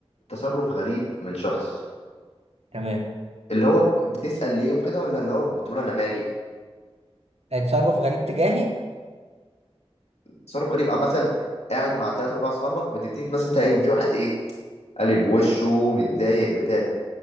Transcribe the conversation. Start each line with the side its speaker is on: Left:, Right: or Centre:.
Left: تصرف غريب من شخص
Right: تمام
Left: اللي هو بتسأل ليه وكده ولا اللي هو بتقول انا مالي
Right: تصرف غريب تجاهي
Left: تصرف غريب مثلا قاعد مع ثلاثة أربعة أصحابك بتبتدي مثلا تلاقي إن في واحد إيه قالب وشه متضايق بتاع